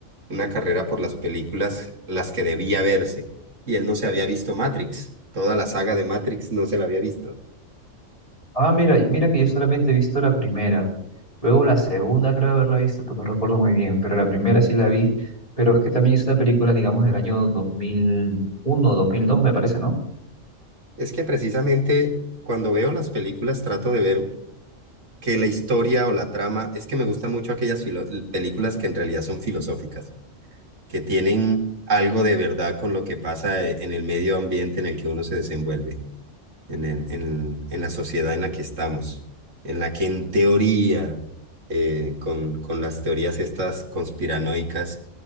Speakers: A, on the right; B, on the left.
A: una carrera por las películas, las que debía verse. Y él no se había visto Matrix. Toda la saga de Matrix no se la había visto.
B: Ah, mira, mira que yo solamente he visto la primera. Luego la segunda creo haberla visto, pues no recuerdo muy bien, pero la primera sí la vi. Pero es que también es una película, digamos, del año dos dos mil uno dos mil dos, me parece, ¿no?
A: Es que precisamente cuando veo las películas trato de ver que la historia o la trama, es que me gustan mucho aquellas filo- películas que en realidad son filosóficas que tienen algo de verdad con lo que pasa eh, en el medio ambiente en el que uno se desenvuelve, en el- en, en la sociedad en la que estamos, en la que en teoría, eh, con, con las teorías estas conspiranoicas